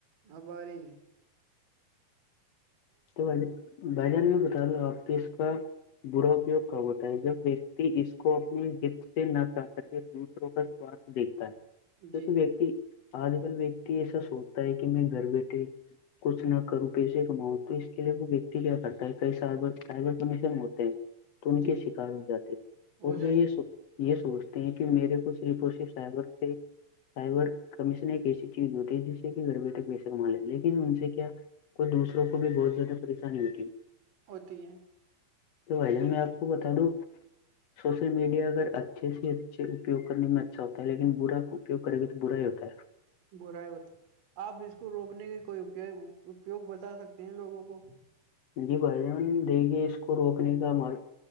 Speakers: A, on the right (about 55°); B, on the left (about 80°).
A: آ باری
B: تو بھ بھائی جان بھی بتا دو آپ کے اس کا براپیوگ کا ہوتا ہے جب ویکتی اس کو اپنے ہت سے نہ چاہ کر کے دوسروں کا سوارھ دیکتا ہے
A: جی
B: کیکہ وتی آج کل ویکتی ایسا سوچتا ہے کہ میں گھر بیٹھے کچھ نہ کروں پیسے کماں تو اس کے لیے وہ ویکتی کیا کرتا ہے کئی سائ سائبر کمیشن ہوتے ہیں تو ان
A: جی
B: کے شکار ہو جاتے
A: ہو
B: اور جو
A: جاتے
B: یہ
A: ہیں
B: س یہ سوچتے ہیں کہ میرے کو سری پ ش سگر سے سائبر کمیشن ایک ایسی چیز دوتی ہے جس سے کہ گھر بیٹھے پیسے کما لے لیکن ان سے کیا کو دوسروں کو بھی بہت زیادہ پریشانی ہوتی
A: ہوتی ہیں
B: تو بھائی جان میں آپ کو بتا دوں سوشل میڈیا اگر اچھے سے اچھے اپیوگ کرنے میں اچھا ہوتا ہے لیکن برا اپیوگ کرے گی تو برا ہی ہوتا ہے
A: بر ہوتا آپ اس کو روکنے کا کوئی اپیوگ بتا سکتے ہیں لوگوں کو
B: جی بھائی جان دیکھیے اس کو روکنے کا م